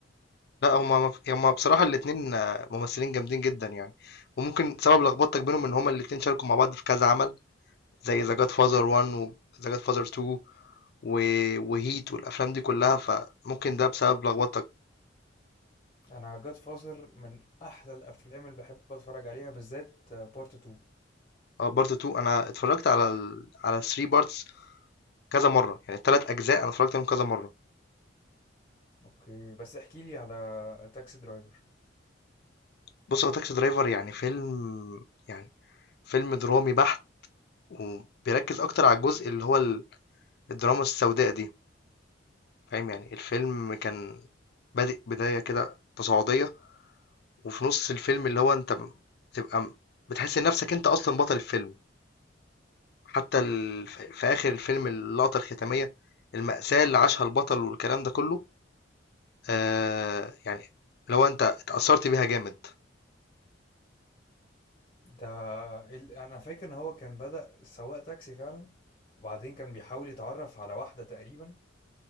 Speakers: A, on the left (about 55°); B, on the left (about 30°).
A: لا هما مف- هما بصراحة الاتنين آه، ممثلين جامدين جدا يعني وممكن سبب لخبطتك بينهم ان هما الاتنين شاركوا مع بعض في كذا عمل زي ذا جاد فازر 1 وذا جاد فازر 2 و- وهيت والافلام دي كلها فممكن ده بسبب لخبطتك
B: انا جاد فازر من احلى الافلام اللي بحب اتفرج عليها بالذات بارت 2
A: اه بارت 2 انا اتفرجت على ال... على 3 بارتس كذا مرة يعني الثلاث اجزاء انا اتفرجت عليهم كذا مرة
B: اوكي بس احكي لي على تاكسي درايفر
A: بُص، هو تاكسي درايفر يعني فيلم يعني فيلم درامي بحت، وبيركّز أكتر على الجزء اللي هو ال الدراما السوداء دي، فاهم؟ يعني الفيلم كان بادئ بداية كده تصاعدية، وفي نُص الفيلم اللي هو أنت ب بتبقى م بتحس إن نَفْسك أنت أصلًا بطل الفيلم، حتى ال ف في آخر الفيلم اللقطة الختامية، المأساة اللي عاشها البطل والكلام ده كُلّه، آآ يعني اللي هو أنت اتأثّرت بيها جامد.
B: ده ال- انا فاكر ان هو كان بدأ سواق تاكسي فعلا وبعدين كان بيحاول يتعرف على واحدة تقريبا